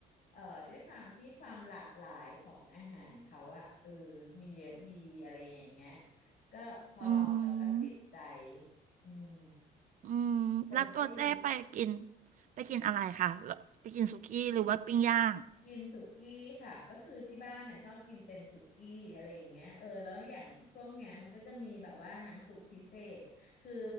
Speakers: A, on the left; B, on the right.
A: เอ่อด้วยความที่ความหลากหลายของอาหารเขาอะเออมีเยอะดีอะไรอย่างเงี้ยก็พอลองเราก็ติดใจ
B: อืม
A: อืม
B: อืมแล้วตัวเจ๊ไปกิน
A: คนก็เยอะ
B: ไปกินอะไรคะแล้วไปกินสุกี้หรือว่าปิ้งย่าง
A: กินสุกี้ค่ะก็คือที่บ้านน่ะชอบกินเป็นสุกี้อะไรอย่างเงี้ยเออแล้วอย่างช่วงเนี้ยมันก็จะมีแบบว่าน้ำซุปพิเศษคือ